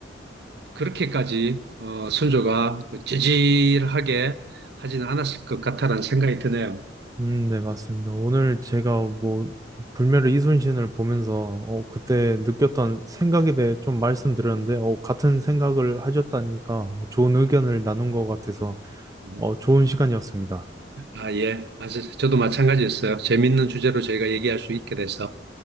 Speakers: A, on the right (about 65°); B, on the right (about 20°).
A: 그렇게까지 어, 선조가 그 찌질하게 하지는 않았을 것 같다라는 생각이 드네요.
B: 음, 네, 맞습니다. 오늘 제가 뭐, 불멸의 이순신을 보면서, 어, 그때 느꼈던 생각에 대해 좀 말씀드렸는데, 어, 같은 생각을 하셨다니까 좋은 의견을 나눈 것 같아서,
A: 음.
B: 어, 좋은 시간이었습니다.
A: 아, 예. 맞아요. 저도 마찬가지였어요. 재밌는 주제로 저희가 얘기할 수 있게 돼서.